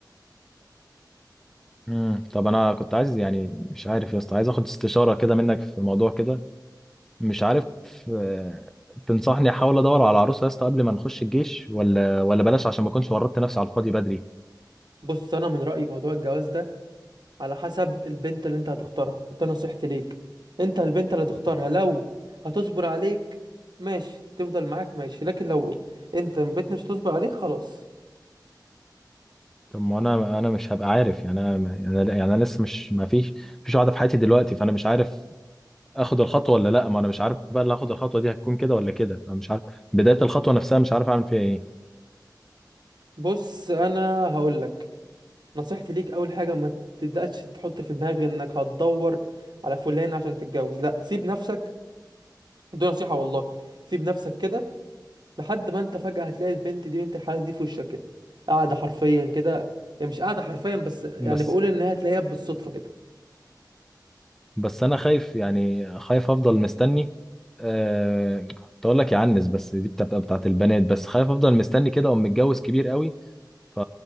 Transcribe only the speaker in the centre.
امم طب انا كنت عايز يعني مش عارف يا اسطى عايز اخد استشاره كده منك في موضوع كده مش عارف آه، تنصحني احاول ادور على عروسه يا اسطى قبل ما نخش الجيش ولا ولا بلاش عشان ما اكونش ورطت نفسي على الفاضي بدري
طب ما انا انا مش هبقى عارف يعني انا يعني يعني انا لسه مش ما فيش مفيش واحده في حياتي دلوقتي فانا مش عارف اخد الخطوه ولا لا ما انا مش عارف بقى اللي هاخد الخطوه دي هتكون كده ولا كده فمش عارف بدايه الخطوه نفسها مش عارف اعمل فيها ايه
بس
بس انا خايف يعني خايف افضل مستني أه... كنت اقول لك يعنس بس دي بتبقى بتاعت البنات بس خايف افضل مستني كده وأقوم متجوز كبير قوي ف-